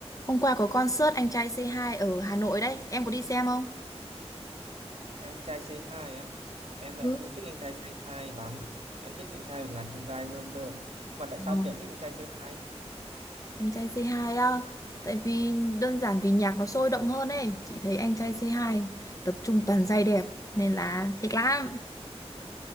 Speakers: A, on the left; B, on the right.
A: Hôm qua có concert Anh trai C2 ở Hà Nội đấy, em có đi xem không?
B: Anh trai Say hai á Em lại
A: Ừ.
B: không thích anh trai Say hai lắm Em thích anh trai của ngàn chông gai hơn cơ Mà tại sao
A: Ờ.
B: chị lại thích anh trai Say hai
A: Anh trai C2 á, tại vì đơn giản vì nhạc nó sôi động hơn ấy, chị thấy Anh trai C2 tập trung toàn giai đẹp nên là thích lắm.